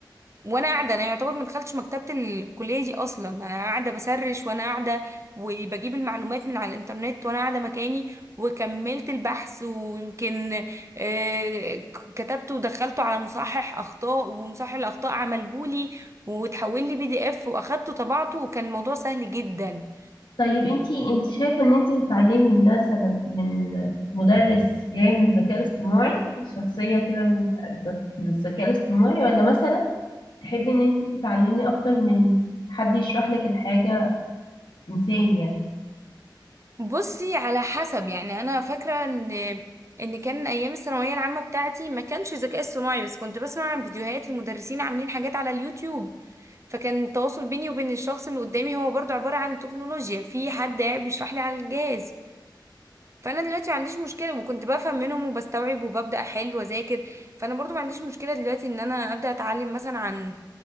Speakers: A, on the right; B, on the left.
A: وانا قاعده انا يعتبر ما دخلتش مكتبه الكليه دي اصلا انا قاعده بسرش وانا قاعده وبجيب المعلومات من على الانترنت وانا قاعده مكاني وكملت البحث ويمكن آه، ك- كتبته ودخلته على مصحح اخطاء ومصحح الاخطاء عملهولي وتحول لي بي دي اف واخدته طبعته وكان الموضوع سهل جدا
B: طيب انتي انتي شايفة ان انتي تتعلمي مثلا من مدرس جاي من الذكاء الاصطناعي شخصية كده من الذ- في الذكاء الاصطناعي ولا مثلا تحبي ان انتي تتعلمي اكتر من حد يشرح لك الحاجة انسان يعني
A: بصي على حسب يعني انا فاكره ان ان كان ايام الثانويه العامه بتاعتي ما كانش ذكاء اصطناعي بس كنت بسمع عن فيديوهات المدرسين عاملين حاجات على اليوتيوب فكان التواصل بيني وبين الشخص اللي قدامي هو برضو عباره عن تكنولوجيا في حد قاعد بيشرح لي على الجهاز فانا دلوقتي ما عنديش مشكله وكنت بفهم منهم وبستوعب وببدا احل واذاكر فانا برضو ما عنديش مشكله دلوقتي ان انا ابدا اتعلم مثلا عن